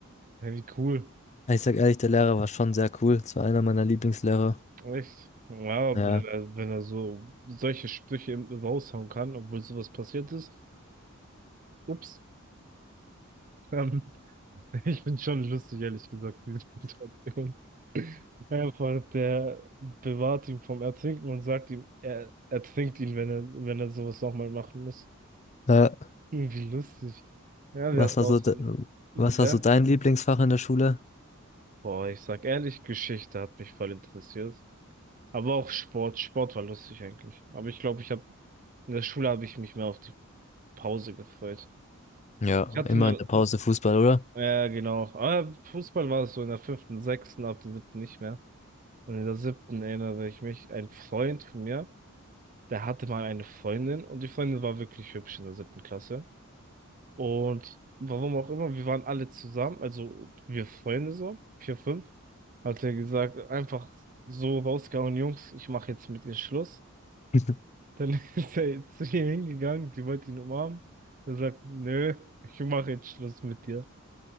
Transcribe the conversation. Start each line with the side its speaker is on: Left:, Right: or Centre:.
Right: Ja, wie cool.
Left: Ich sag ehrlich, der Lehrer war schon sehr cool. Das war einer meiner Lieblingslehrer.
Right: Echt? Ja, aber
Left: Ja.
Right: wenn er, wenn er so solche Sprüche im- raushauen kann, obwohl sowas passiert ist. Ups. <laughs> Ähm, <laughs> Ich finde schon lustig, ehrlich gesagt, diese Situation. Einfach, der bewahrt ihn vom Ertrinken und sagt ihm, er ertrinkt ihn, wenn er, wenn er sowas nochmal machen muss.
Left: Äh,
Right: Irgendwie lustig. Ja,
Left: was
Right: wir hatten
Left: war
Right: auch
Left: so,
Right: so,
Left: de
Right: ja.
Left: was war so dein Lieblingsfach in der Schule?
Right: Boah, ich sag ehrlich, Geschichte hat mich voll interessiert. Aber auch Sport. Sport war lustig eigentlich. Aber ich glaube, ich habe, in der Schule habe ich mich mehr auf die Pause gefreut. Ich
Left: Ja,
Right: hatte
Left: immer
Right: mal,
Left: in der Pause Fußball, oder?
Right: ja, genau. Aber Fußball war es so in der fünften, sechsten, ab der siebten nicht mehr. Und in der siebten erinnere ich mich, ein Freund von mir, der hatte mal eine Freundin und die Freundin war wirklich hübsch in der siebten Klasse. Und warum auch immer, wir waren alle zusammen, also wir Freunde so, vier, fünf, hat er gesagt, einfach so rausgehauen, Jungs, ich mache jetzt mit ihr Schluss.
Left: <laughs>
Right: Dann <laughs> ist er zu ihr hingegangen, die wollte ihn umarmen. Er sagt, nö, ich mache jetzt Schluss mit dir.